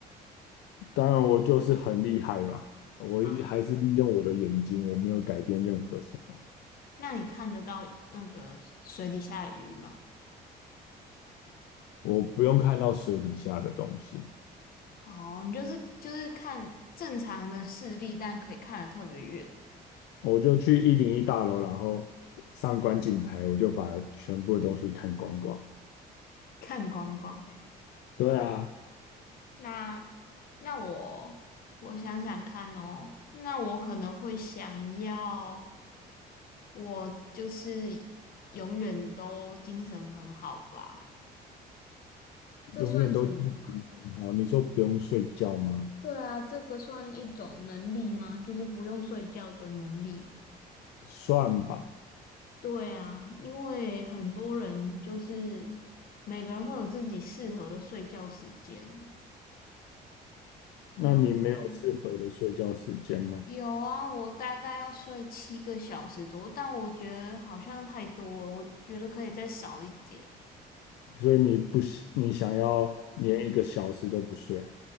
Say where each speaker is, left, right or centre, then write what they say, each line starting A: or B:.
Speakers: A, on the left (about 80°); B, on the left (about 60°).
A: 当然，我就是很厉害嘛，我一还是利用我的眼睛，
B: 啊，
A: 我没有改变任何什么，
B: 那你看得到那个水底下的鱼吗？
A: 我不用看到水底下的东西。
B: 哦，你就是就是看正常的视力，但可以看得特别远，
A: 我就去一零一大楼，然后上观景台，我就把全部的东西看光光。
B: <laughs> 看光光。
A: 对啊，
B: 好，那那我我想想看哦，那我可能会想要，我就是永远都精神很好吧？这算什么啊？
A: 永远都精神很好。你说不用睡觉吗？
B: 对啊，这个算一种能力吗？就是不用睡觉的能力。
A: 算吧。
B: 对啊，因为很多人就是每个人会有自己适合的睡觉时间。
A: 那你没有适合的睡觉时间吗？
B: 然后有啊，我大概要睡七个小时左右，但我觉得好像太多了，我觉得可以再少一点。
A: 所以你不喜，你想要连一个小时都不睡，